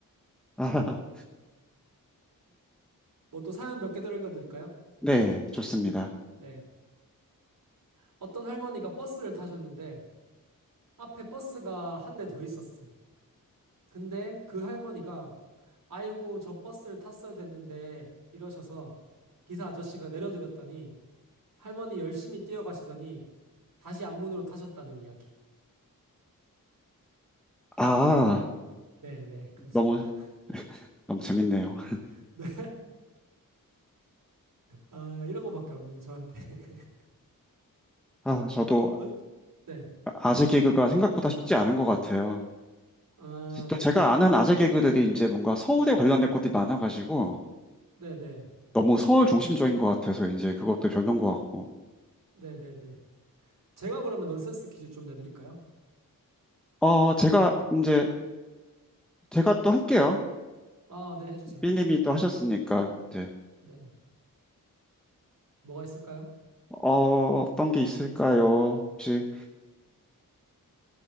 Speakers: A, in the centre; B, on the right.
A: 아,
B: 뭐 또 사연 몇 개 더 읽어드릴까요?
A: 네, 좋습니다.
B: 네. 어떤 할머니가 버스를 타셨는데, 앞에 버스가 한 대 더 있었음. 근데 그 할머니가, 아이고, 저 버스를 탔어야 됐는데, 이러셔서 기사 아저씨가 내려드렸더니, 할머니 열심히 뛰어가시더니 다시 앞문으로 타셨다는 이야기.
A: 아,
B: 네. 네, 네, 그렇습니다.
A: 너무, 너무 재밌네요.
B: <laughs> 네. 아, 이런 거밖에 없네요, 저한테. <laughs>
A: 아, 저도
B: 논- 네.
A: 아재 개그가 생각보다 쉽지 않은 것 같아요.
B: 아,
A: 또
B: 네.
A: 제가 아는 아재 개그들이 이제 뭔가 서울에 관련된 것들이 많아가지고
B: 네, 네.
A: 너무 서울 중심적인 것 같아서 이제 그것도 별론 것 같고.
B: 네, 네, 네. 제가 그러면 넌센스 퀴즈 좀 내드릴까요?
A: 어, 제가 이제, 제가 또 할게요.
B: 아, 네, 해주세요.
A: 삐님이 또 하셨으니까 이제,
B: 네. 뭐가 있을까요?
A: 어, 어떤 게 있을까요? 혹시,